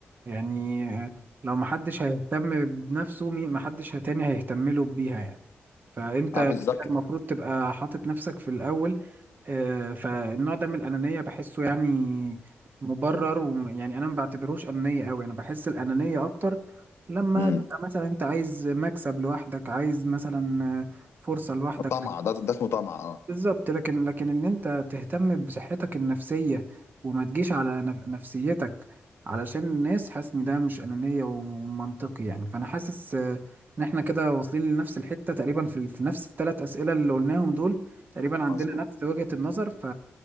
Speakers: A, on the right; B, on the left.
A: يعني آه، لو محدش هيهتم بنفسه مي- محدش تاني هيهتم له بيها يعني فانت
B: اه
A: أنت
B: بالظبط
A: المفروض تبقى حاطط نفسك في الاول آه، فالنوع ده من الأنانية بحسه يعني مبرر ويعني أنا ما بعتبروش أنانية أوي أنا بحس الأنانية أكتر لما
B: امم
A: تبقى مثلا أنت عايز مكسب لوحدك عايز مثلا آه، فرصة لوحدك
B: طمع ده ده اسمه طمع اه
A: بالظبط لكن لكن ان انت تهتم بصحتك النفسية وما تجيش على نف- نفسيتك علشان الناس حاسس ان ده مش انانية ومنطقي يعني فانا حاسس آه، ان احنا كده واصلين لنفس الحتة تقريبا في, ال- في نفس الثلاث اسئلة اللي قلناهم دول تقريبا عندنا
B: مظبوط
A: نفس وجهة النظر ف